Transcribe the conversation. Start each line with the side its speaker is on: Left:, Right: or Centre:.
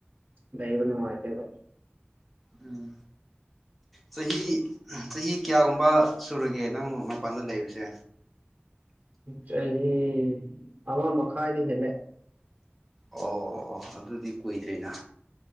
Right: ꯂꯩꯕ ꯅꯨꯡꯉꯥꯏꯇꯦꯕ
Centre: ꯎꯝ ꯆꯍꯤ ꯆꯍꯤ ꯀꯌꯥꯒꯨꯝꯕ ꯁꯨꯔꯒꯦ ꯅꯪ ꯃꯄꯥꯟꯗ ꯂꯩꯕꯁꯦ
Right: ꯆꯍꯤ ꯑꯃ ꯃꯈꯥꯏꯗꯤ ꯍꯦꯜꯂꯦ
Centre: ꯑꯣ ꯑꯣ ꯑꯣ ꯑꯗꯨꯗꯤ ꯀꯨꯏꯗ꯭ꯔꯦꯅ